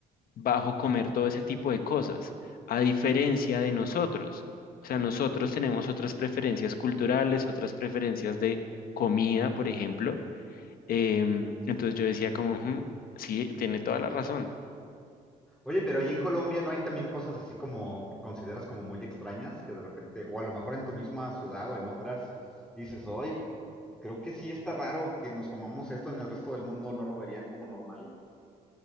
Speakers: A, on the left (about 70°); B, in the centre.
A: bajo comer todo ese tipo de cosas, a diferencia de nosotros. O sea, nosotros tenemos otras preferencias culturales, otras preferencias de comida, por ejemplo. Em, entonces yo decía como, "Ujú, sí, tiene toda la razón.
B: Oye, pero ahí en Colombia no hay también cosas así como que consideras como muy extrañas, que de repente, o a lo mejor en tu misma ciudad o en otras, dices, hoy creo que sí está raro que nos comamos esto en el resto del mundo, no lo verían como normal.